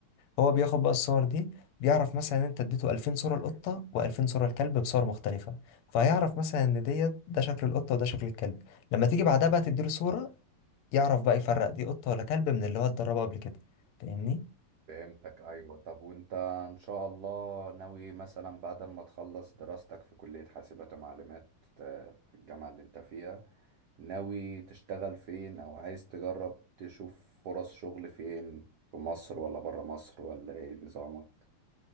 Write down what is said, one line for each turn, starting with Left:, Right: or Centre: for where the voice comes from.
Left: هو بياخد بقى الصور دي بيعرف مثلا ان انت اديته 2000 صوره القطه و2000 صوره الكلب بصور مختلفه فهيعرف مثلا ان ديت ده شكل القطه وده شكل الكلب لما تيجي بعدها بقى تديله صوره يعرف بقى يفرق دي قطه ولا كلب من اللي هو اتدربه قبل كده فاهمني
Right: فهمتك ايوه طب وانت ان شاء الله ناوي مثلا بعد ما تخلص دراستك في كلية حاسبات ومعلومات آه، في الجامعة اللي انت فيها ناوي تشتغل فين او عايز تجرب تشوف فرص شغل فين في مصر ولا برا مصر ولا ايه نظامك